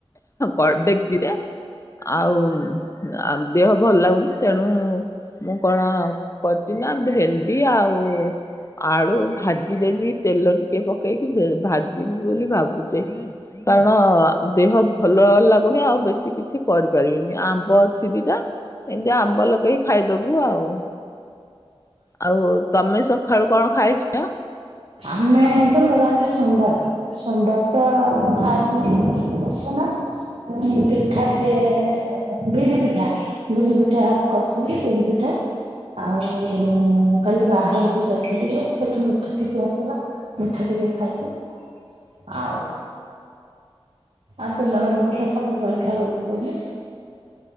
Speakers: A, on the left (about 30°); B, on the right (about 80°).
A: କ ଡେକ୍ଚିରେ। ଆଉ ଦେହ ଭଲ ଲାଗୁନି ତେଣୁ ମୁଁ କଣ କରିଚି ନା ଭେଣ୍ଡି ଆଉ ଆଳୁ ଭାଜିଦେବି ତେଲ ଟିକେ ପକେଇକି ଭେ ଭାଜିବି ବୋଲି ଭାବୁଚି। କାରଣ ଦେହ ଭଲ ଲାଗୁନି ଆଉ ବେଶୀ କିଛି କରିପାରିବିନି ଆମ୍ବ ଛି ଦିଟା। ଏମିତା ଆମ୍ବ ଲଗେଇ ଖାଇଦବୁ ଆଉ। ଆଉ ତମେ ସଖାଳୁ କଣ ଖାଇଛ?
B: ଆମେ ଏ ତ ମୋର ଆଜି ସୋମବାର। ସୋମବାର ତ ମୁଁ ଖାଏନି ଉଷୁନା। ଉଁ ପିଠା ଟିକେ ବିରି ପିଠା ବିରି ପିଠା କରିଥିଲି, ବିରି ପିଠା। ଆଉ କାଲି ବାହାଘରକୁ ଯାଇଥିଲି ଯେ ସେଠୁ ମିଠି ପିଠି ଆସି ଥିଲା ମିଠା ଟିକେ ଖାଇଛି, ଆଉ ଆଉ ପିଲାମାନଙ୍କୁ ତ ସବୁ ଜଳଖିଆ କରିକି ଦେଲି।